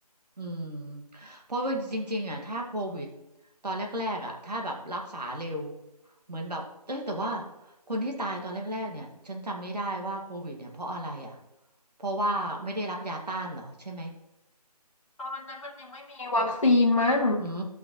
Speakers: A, on the right; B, on the left.
A: อืมเพราะว่าจริงๆอ่ะถ้าโควิดตอนแรกๆอ่ะถ้าแบบรักษาเร็วเหมือนแบบเอ้ยแต่ว่าคนที่ตายตอนแรกๆเนี่ยฉันจำไม่ได้ว่าโควิดเนี่ยเพราะอะไรอ่ะเพราะว่าไม่ได้รับยาต้านเหรอใช่ไหม
B: ตอนนั้นมันยังไม่มีวัคซีนมั้ง
A: อืม